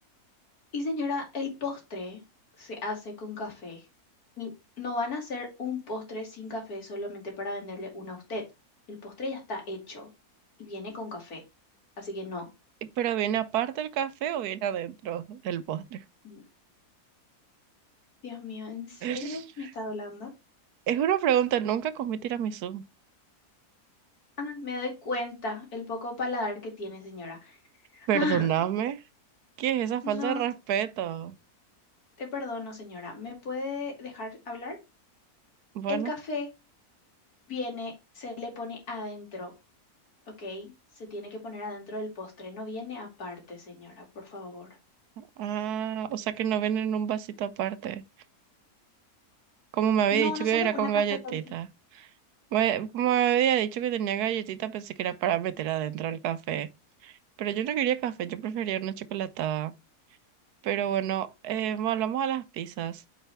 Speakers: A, on the left (about 75°); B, on the right (about 85°).
A: Y señora, el postre se hace con café. Y no van a hacer un postre sin café solamente para venderle uno a usted. El postre ya está hecho y viene con café. Así que no.
B: Y Pero viene aparte el café o viene adentro del postre.
A: Mm, Dios mío, ¿en serio
B: <laughs>
A: me está hablando?
B: Es una pregunta, nunca comí tiramisú.
A: Ah, me doy cuenta el poco paladar que tiene, señora.
B: Perdóname.
A: Ah, <laughs>
B: ¿Qué es esa falta
A: no,
B: de respeto?
A: te perdono, señora. ¿Me puede dejar hablar?
B: Bueno,
A: El café viene, se le pone adentro, ¿ok? Se tiene que poner adentro del postre, no viene aparte, señora, por favor.
B: ah, o sea que no viene en un vasito aparte. Como me había
A: No,
B: dicho
A: no
B: que
A: somos
B: era
A: una
B: con
A: cafetería.
B: galletita. Me- como me había dicho que tenía galletita, pensé que era para meter adentro el café. Pero yo no quería café, yo prefería una chocolatada. Pero bueno, eh, volvamos a las pizzas.